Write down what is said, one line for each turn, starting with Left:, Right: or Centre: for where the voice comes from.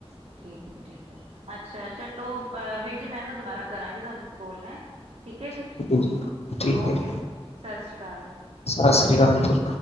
Right: ਠੀਕ ਹੈ ਠੀਕ ਹੈ, ਅੱਛਾ ਚਲੋ ਅਹ ਵੀਰ ਜੀ ਮੈਂ ਨਾ ਦੁਬਾਰਾ ਕਰਾਂਗੀ ਤੁਹਾਨੂੰ ਕੋਲ ਹੈਂ। ਠੀਕ ਹੈ ਜੀ,
Left: ਜੀ ਠੀਕ
Right: ਓਕੇ
Left: ਹੈ ਜੀ
Right: ਸਤਿ ਸ੍ਰੀ ਅਕਾਲ
Left: ਸਤਿ ਸ੍ਰੀ ਅਕਾਲ ਜੀ।